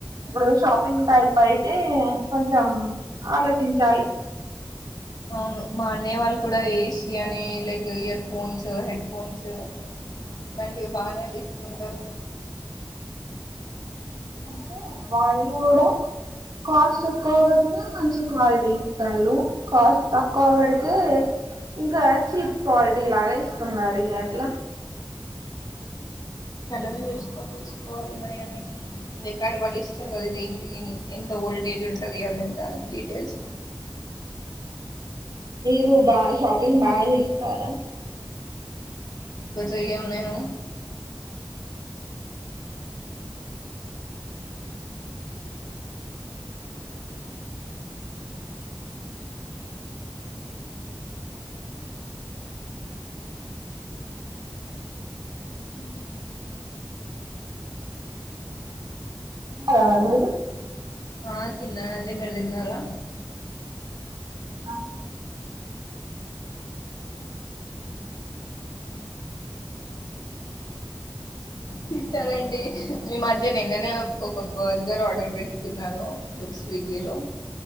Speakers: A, on the right; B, on the left.
A: ఇప్పుడు షాపింగ్ టైప్ అయితే కొంచం ఆలోచించాలి
B: అవును మా అన్నయ్య వాళ్ళు కూడా ఏసి అని like earphones headphones ఇట్లాంటివి బాగానే దీస్ కొంటారు
A: అందుకే వాళ్ళ్ళు కూడా కాస్ట్ ఎక్కువ పెడితే మంచి క్వాలిటీ ఇస్తళ్లు కాస్ట్ తక్కువ పెడితే ఇంకా చీప్ క్వాలిటీ లాగా ఇస్తున్నారు అట్లా
B: చూకోని తిసుకోవాలి మయన్ని రికార్డ్ వాళ్ళు ఇస్తున్నది ఇది ఎంత ఓల్టేజ్ ఉంటది అది ఎంత అని డీటెయిల్స్
A: మీరు బా షాపింగ్ బా దిప్పారా
B: రొయ్య ఉందేమో
A: అ ఎఊరు
B: ఆ తిన్నానండి మీరు తిన్నారా
A: ఆ
B: తిట్టాలండి మీ మధ్య నిన్ననే ఒక బర్గర్ ఆర్డర్ పెట్టుకున్నాను, స్విగ్గీ లో